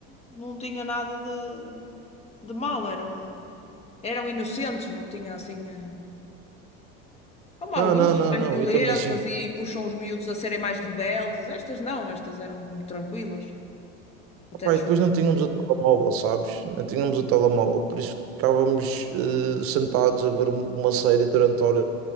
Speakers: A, on the left; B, on the right.
A: não tinha nada de, de mal, eram, eram inocentes, não tinha assim. eh, Como algumas
B: Não, não, não,
A: são mais
B: não,
A: violentas
B: eu também sinto.
A: e puxam os miúdos a serem mais rebeldes, estas não, estas eram tranquilas, até
B: Pá,
A: nos
B: e depois
A: faziam.
B: não tínhamos o telemóvel, sabes? Não tínhamos o telemóvel, por isso ficávamos eh, sentados a ver um, uma série durante horas